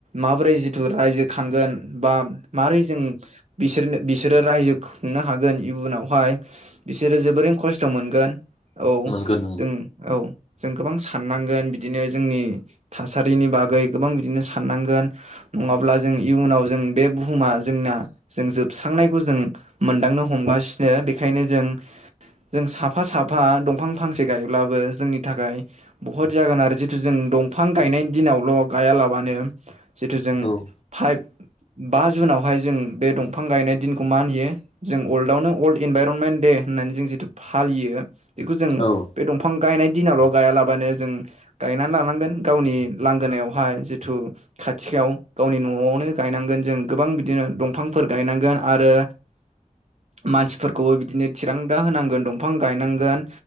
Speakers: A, on the right; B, on the left.
A: माबोरै जिथु रायजो खांगोन बा माबोरै जों बिसोर बिसोरो रायजो खुंनो हागोन इयुनाव हाय बिसोरो जोबोरैनो खस्थ' मोनगोन औ
B: मोनगोन
A: जों औ जों गोबां साननांगोन बिदिनो जोंनि थासारिनि बागै गोबां बिदिनो साननांगोन नङाब्ला जों इयुनाव जों बे बुहुमा जोंना जों जोबस्रांनायखौ जों मोनदांनो हमगासिनो नो बेखायनो जों जों साफा साफा दंफां फांसे गायब्लाबो जोंनि थाखाय बहुत जागोन आरो, जितु जों दंफां गायनायनि दिनावल' गायालाबानो जिथु जों
B: ओं
A: फाइभ बा जुनावहाय जों बे दंफां गायनाय दिनखौ मानियो जों वर्ल्डआवनो अल्ड इनभाइरनमेन्ट दे होननानै जों जिथु फालियो बेखौ जों
B: औ औ
A: बे दंफां गायनाय दिनावल' गायालाबानो जों, गायनानै लानांगोन गावनि लांगोनायावहाय जिथु खाथियाव, गावनि न'आवनो गायनांगोन जों गोबां बिदिनो दंफांफोर गायनांगोन आरो मानसि‌ फोरखौबो बिदिनो थिरांथा होनांगोन दंफां गायनांगोन,